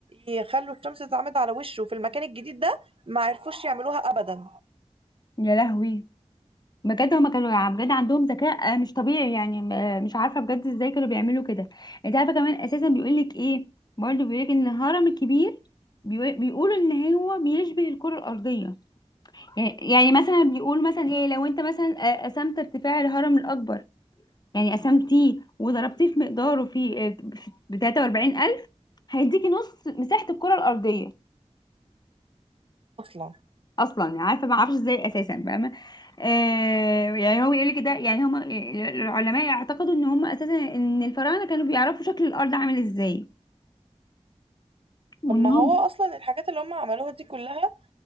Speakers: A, on the right (about 50°); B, on the left (about 35°).
A: يخلوا الشمس تتعمد على وشه في المكان الجديد ده ما عرفوش يعملوها ابدا
B: يا لهوي بجد هما كانوا عم- بجد عندهم ذكاء آه، مش طبيعي يعني م- آه، مش عارفه بجد ازاي كانوا بيعملوا كده انت عارفه كمان اساسا بيقول لك ايه برضه بيقول لك ان الهرم الكبير بيقو- بيقولوا ان هو بيشبه الكره الارضيه يعني يعني مثلا بيقول مثلا ايه لو انت مثلا آه، قسمت ارتفاع الهرم الاكبر يعني قسمتيه وضربتيه في مقداره في آه، ب 43000 هيديكي نص مساحه الكره الارضيه
A: اصلا
B: اصلا يعني عارفه ما اعرفش ازاي اساسا فاهمه آه يعني هو يقول لك ده يعني هم العلماء يعتقدوا ان هم اساسا ان الفراعنه كانوا بيعرفوا شكل الارض عامل ازاي وانهم
A: طب ما هو اصلا الحاجات اللي هم عملوها دي كلها